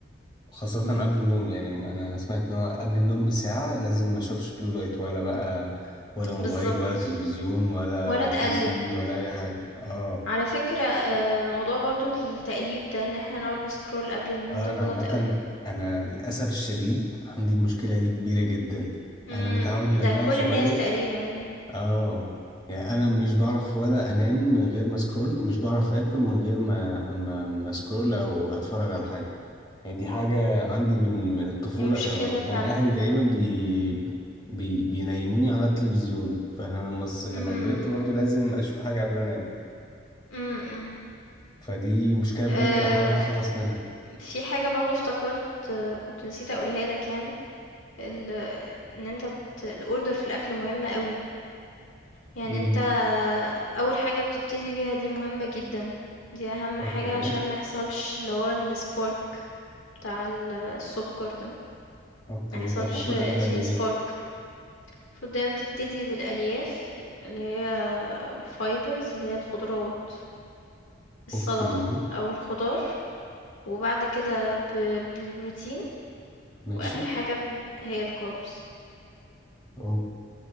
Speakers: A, on the left; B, on the left.
A: خاصة
B: إمم،
A: قبل النوم يعني انا سمعت ان هو قبل النوم بساعة لازم ما اشوفش بلو لايت ولا بقى ولا موبايل
B: بالضبط،
A: ولا تلفزيون ولا
B: ولا
A: بي
B: تقلّب.
A: سي ولا اي حاجة اه
B: على فكرة آه، موضوع برضو التقليب ده ان احنا نقعد نسكرول قبل النوم
A: اه
B: ده
A: انا
B: غلط
A: عامة
B: قوي
A: انا للاسف الشديد عندي المشكلة دي كبيرة جدا
B: امم
A: انا متعود من
B: ده
A: وانا
B: كل
A: صغير
B: الناس تقريبا يعني
A: اه يعني انا مش بعرف ولا انام من غير ما سكرول ومش بعرف اكل من غير ما ما, ما سكرول او اتفرج على حاجة يعني دي حاجة عندي من من الطفولة
B: دي مشكلة
A: كانوا كانوا
B: فعلا
A: اهلي تقريبا بي بي بينيموني على التلفزيون فانا لما س- لما
B: امم
A: كبرت برضو لازم اشوف حاجة قبل انام
B: امم
A: فدي مشكلة بجد
B: أه
A: بحاول اتخلص منها
B: في حاجة برضو افتكرت آه، كنت نسيت اقولها لك يعني ال ان انت ت- الاوردر في الاكل مهمة قوي يعني
A: امم
B: انت اول حاجة بتبتدي بيها دي مهمة جدا دي اهم
A: اوكي
B: حاجة عشان ما يحصلش اللي هو السبارك بتاع السكر ده
A: اوكي
B: ما يحصلش
A: طب المفروض
B: insulin
A: ابدا بايه
B: spark المفروض دايمًا بتبتدي بالألياف اللي هي أو الfibers اللي هي الخضروات، السلطة
A: اوكي
B: أو الخضار، وبعد كده ب بالبروتين،
A: ماشي
B: وآخر حاجة ب هي الcarbs
A: اوكي